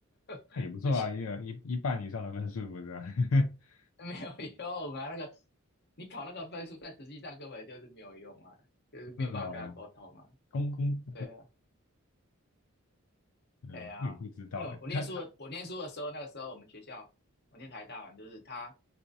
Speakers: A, on the left; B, on the left.
A: <laughs>
B: 那也不错啊，
A: 之前
B: 也有一一半以上的分数不是啊？<laughs>
A: 没有用啊。那个你考那个分数，在实际上根本就是没有用啊，就是没有办法跟他沟通啊。
B: 是啊，公公，
A: 对啊。
B: 嗯，
A: 对呀，
B: 我也不知道哎，
A: 因为我我念书的，
B: 看
A: 我念书的时候，那个时候我们学校，我念台大嘛，就是他